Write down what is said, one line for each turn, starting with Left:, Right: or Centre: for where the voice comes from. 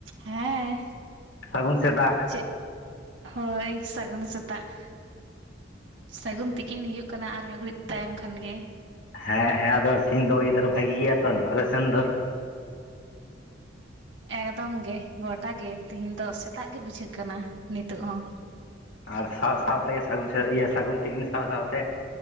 Right: ᱦᱮᱸ
Left: ᱥᱟᱹᱜᱩᱱ ᱥᱮᱛᱟᱜ
Right: ᱪᱮᱫ ᱦᱚᱭ ᱥᱟᱹᱜᱩᱱ ᱥᱮᱛᱟᱜ ᱾ ᱥᱟᱹᱜᱩᱱ ᱛᱤᱠᱤᱱ ᱦᱩᱭᱩᱜ ᱠᱟᱱᱟ ᱟᱨ ᱢᱤᱫ ᱜᱷᱟᱹᱲᱤᱡ ᱛᱟᱭᱚᱢ ᱠᱷᱟᱱ ᱜᱮ᱾
Left: ᱦᱮᱸ ᱦᱮᱸ ᱟᱫᱚ ᱛᱮᱦᱮᱧ ᱫᱚ ᱚᱭᱫᱟᱹᱨ ᱵᱷᱟᱜᱤ ᱜᱮᱭᱟ ᱛᱚ ᱟᱞᱮ ᱥᱮᱱ ᱫᱚ ᱾
Right: ᱮᱠᱫᱚᱢ ᱜᱮ ᱜᱚᱴᱟ ᱜᱮ ᱛᱤᱦᱤᱧ ᱫᱚ ᱥᱮᱛᱟᱜ ᱜᱮ ᱵᱩᱡᱷᱟᱹᱜ ᱠᱟᱱᱟ ᱱᱤᱛᱚᱜ ᱦᱚᱸ ᱾
Left: ᱟᱨ ᱥᱟᱶ ᱥᱟᱶ ᱛᱮ ᱥᱟᱹᱜᱩ ᱤᱭᱟᱹ ᱥᱟᱹᱜᱩᱱ ᱛᱤᱠᱤᱱ ᱥᱟᱶ ᱥᱟᱶ ᱛᱮ